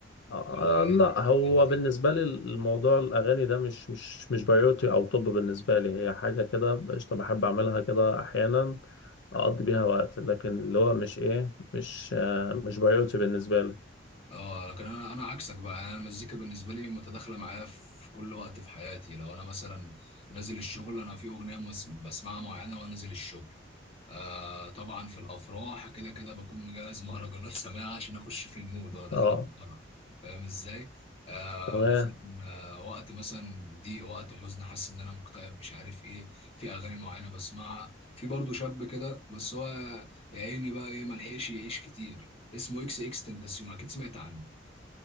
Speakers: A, on the left; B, on the left.
A: آه
B: ولا
A: آه، لا
B: عادي
A: هو
B: زي ما تيجي
A: بالنسبة لي الموضوع الأغاني ده مش مش مش بايوتي أو طب بالنسبة لي هي حاجة كده قشطة بحب أعملها كده أحيانا أقضي بيها وقت لكن اللي هو مش إيه مش آه مش بايوتي بالنسبة لي
B: اه لكن انا انا عكسك بقى يعني انا المزيكا بالنسبه لي متداخله معايا في كل وقت في حياتي لو انا مثلا نازل الشغل انا في اغنيه مس- بسمعها معينه وانا نازل الشغل آه طبعا في الافراح كده كده بكون مجهز مهرجانات سماعه عشان اخش في المود وانا داخل
A: أه
B: على الفرح فاهم ازاي آه
A: تمام
B: مثلا آه وقت مثلا دي وقت حزن حاسس ان انا مكتئب مش عارف ايه في اغاني معينه بسمعها في برضه شاب كده بس هو يا عيني بقى ايه ملحقش يعيش كتير اسمه اكس اكس تنتاسيون اكيد سمعت عنه